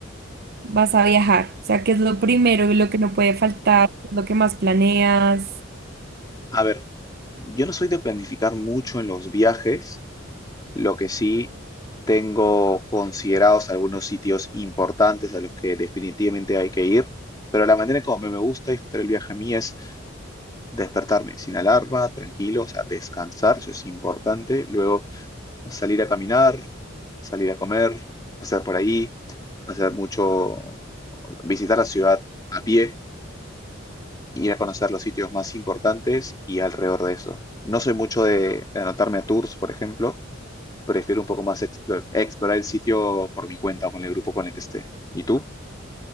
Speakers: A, on the right; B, on the left.
A: vas a viajar? O sea, ¿qué es lo primero y lo que no puede faltar? ¿Qué es lo que más planeas?
B: A ver, yo no soy de planificar mucho en los viajes, Lo que sí, tengo considerados algunos sitios importantes a los que definitivamente hay que ir, pero la manera como me gusta disfrutar el viaje a mí es despertarme sin alarma, tranquilo, o sea, descansar, eso es importante. Luego salir a caminar, salir a comer, pasar por ahí, hacer mucho, visitar la ciudad a pie, ir a conocer los sitios más importantes y alrededor de eso. No soy mucho de, de anotarme a tours, por ejemplo, prefiero un poco más explo- explorar el sitio por mi cuenta o con el grupo con el que esté. ¿Y tú?